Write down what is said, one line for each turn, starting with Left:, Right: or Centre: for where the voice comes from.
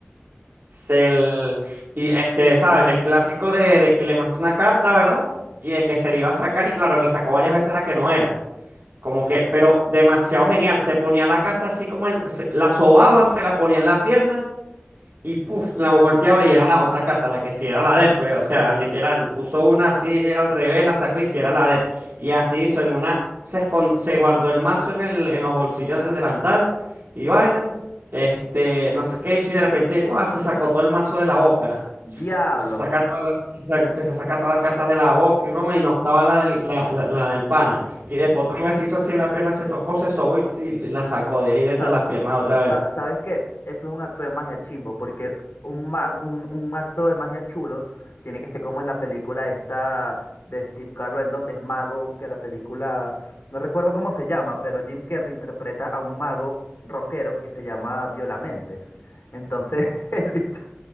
Right: Se l- y este, sabes, el clásico de, de que le muestra una carta, ¿verdad? Y de que se le iba a sacar, y claro, le sacó varias veces la que no era. Como que, pero demasiado genial. Se ponía la carta así como él, se- la sobaba, se la ponía en la pierna y puf, la volteaba y era la otra carta, la que sí era la de él, pues, o sea, literal, puso una así al revés, la sacó y sí era la de él. Y así hizo en una, se, escon- se guardó el mazo en el, en los bolsillos del delantal y vaina, este, no sé qué hizo y de repente, ¡buah! se sacó todo el mazo de la boca.
Left: Diablo,
Right: Se saca todas las- se saca- empezó a sacar todas las cartas de la boca y broma, y no estaba la del, la, la- la del pana. Y después otra vez hizo así en la pierna, se tocó, se sobó y, y la sacó de ahí de entre
Left: sa-
Right: las piernas otra vez.
Left: sa- ¿sabes qué? Eso es un acto de magia chimbo, porque un, ma- un, un acto de magia chulo tiene que ser como en la película esta de Steve Carell, donde es mago, que la película, no recuerdo cómo se llama, pero Jim Carrey interpreta a un mago rockero que se llama Violamentes. Entonces <laughs> el bicho